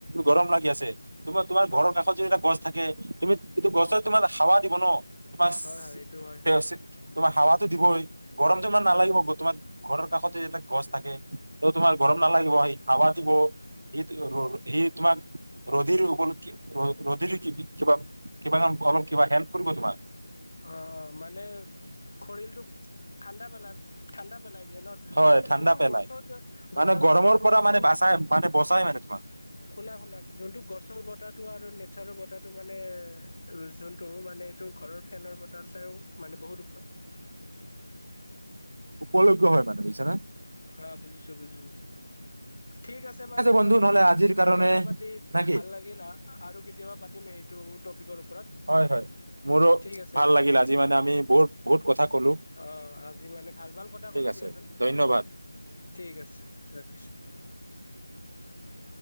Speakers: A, on the right; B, on the left.
A: গৰম লাগি আছে। তোমাৰ, তোমাৰ
B: হয়
A: ঘৰ কষত যদি এটা গছ থাকে তুমি এইটো গছত তোমাৰ হাৱা দিব ন'। মৱচ
B: হয় হয় এইটো হয়
A: তোমাৰ, হাৱাত দিবই। গৰমটো ইমান
B: হয়
A: নালাগিব
B: হয়
A: বৰ্তমান। ঘৰৰ কাষতে ইমান গছ থাকে। ত', তোমাৰ গৰম
B: হয়
A: নালাগিব আহি হাৱাত দ, সি, সি তোমাক <unintelligible> কিবা, কিবা অলপ কিবা হেল্প কৰিব তোমাক।
B: অ', অ', মানে খৰিলটো ঠাণ্ডা বেলা, ঠাণ্ডা। পেলাই দিয়ে ন'
A: হয়
B: মানে
A: ঠাণ্ডা
B: যোনটো
A: পেলাই
B: গছত,
A: মানে
B: গছৰ
A: গৰমৰ
B: বতো যোনটো
A: পৰা মানে বাচাই মানে বচাই মানে তোমাক
B: শুনা, শুনা যোনটো গছৰ বত বতটো আৰু নেচাৰৰ বতাহটো মানে যোনটো মানে এইটো ঘৰৰ ফেনৰ বতাৰ চাইও মানে বহুত ওপৰত
A: উপল্গ হয় মানে বুজছনা।
B: হা, বুজিছো, বুজিছো। ঠিক আছে বাৰু, তোমাৰ
A: বন্ধু
B: লগত
A: নহ'লে আজিৰ কাৰণে
B: কথা পাতি
A: নাকি?
B: ভাল লাগিল, আহ আৰু কেতিয়াবা পাতিম এই এইটো টপিকৰ ওপৰত
A: হয়, হয় মোৰো
B: ঠিক আছে
A: ভাল
B: ৰাখিছো
A: লাগিল, আজি মানে আমি বহুত, বহুত কথা ক'লো
B: অ আজি মানে ভাল ভাল কথা
A: ঠিক
B: কলো
A: আছে
B: দিয়াচোন
A: ধন্যবাদ।
B: ঠিক আছে, ৰাখিছো। <inaudible>